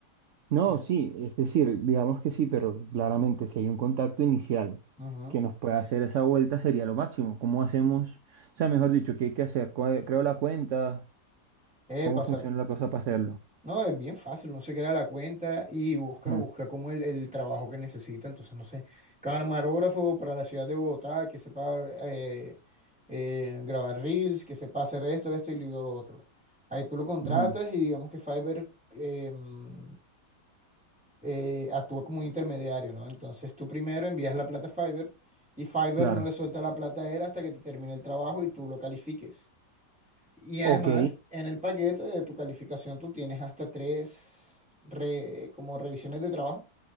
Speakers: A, on the right; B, in the centre.
A: No,
B: ya.
A: sí, es decir, digamos que sí, pero claramente si hay un contacto inicial
B: Ujú.
A: que nos pueda hacer esa vuelta sería lo máximo. ¿Cómo hacemos? O sea, mejor dicho, ¿qué hay que hacer? ¿Cuál- Creo la cuenta,
B: Epa,
A: ¿cómo
B: o
A: funciona
B: sea,
A: la cosa para hacerlo?
B: No, es bien fácil, uno se crea la cuenta y busca,
A: Ujú,
B: busca como el, el trabajo que necesita. Entonces, no sé, camarógrafo para la ciudad de Bogotá, que sepa eh, eh, grabar reels, que sepa hacer esto, esto y lo otro. Ahí tú lo contratas
A: ujú,
B: y digamos que Fiverr em, eh, actúa como un intermediario, ¿no? Entonces tú primero envías la plata a Fiverr y Fiverr
A: Claro.
B: no le suelta la plata a él hasta que te termine el trabajo y tú lo califiques. Y además,
A: Ok.
B: en el paquete de tu calificación tú tienes hasta tres re- como revisiones de trabajo.